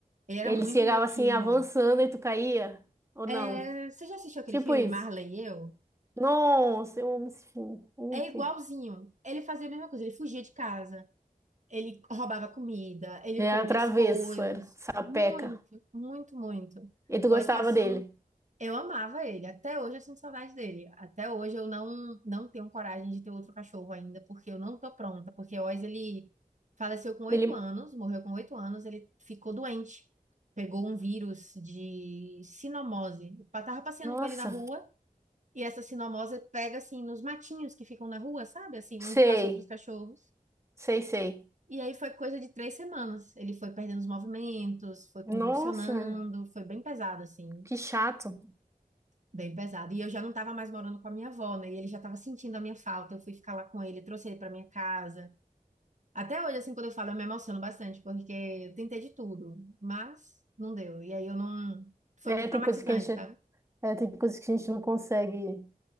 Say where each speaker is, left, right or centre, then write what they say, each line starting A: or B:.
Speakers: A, on the right (about 55°); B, on the right (about 20°).
A: Ele era
B: Ele
A: muito
B: chegava
A: louquinho.
B: assim, avançando e tu caía? Ou
A: É,
B: não?
A: você já assistiu aquele
B: Tipo
A: filme
B: isso.
A: Marley e Eu?
B: Nossa, eu amo esse filme. Enfim.
A: É igualzinho. Ele fazia a mesma coisa. Ele fugia de casa. Ele roubava comida. Ele
B: Ele
A: comia
B: era travesso,
A: as coisas.
B: era sapeca.
A: Muito, muito, muito.
B: E tu
A: Ó,
B: gostava
A: espaço.
B: dele?
A: Eu amava ele. Até hoje eu sinto saudade dele. Até hoje eu não não tenho coragem de ter outro cachorro ainda, porque eu não tô pronta. Porque o Oz, ele faleceu com oito
B: Ele.
A: anos, morreu com oito anos. Ele ficou doente. Pegou um vírus de cinomose. Eu Tava passeando
B: Nossa,
A: com ele na rua e essa cinomose pega assim nos matinhos que ficam na rua, sabe? Assim,
B: sei.
A: onde passam outros cachorros.
B: Sei, sei.
A: E aí foi coisa de três semanas. Ele foi perdendo os movimentos, foi convulsionando,
B: Nossa,
A: foi bem pesado, assim,
B: que chato.
A: bem pesado. E eu já não estava mais morando com a minha avó, né? E ele já estava sentindo a minha falta. Eu fui ficar lá com ele, trouxe ele para minha casa. Até hoje, assim, quando eu falo, eu me emociono bastante, porque eu tentei de tudo, mas não deu. E aí eu não. Foi
B: É,
A: muito traumatizante,
B: tem coisas que a gente.
A: sabe?
B: É, tem coisas que a gente não consegue.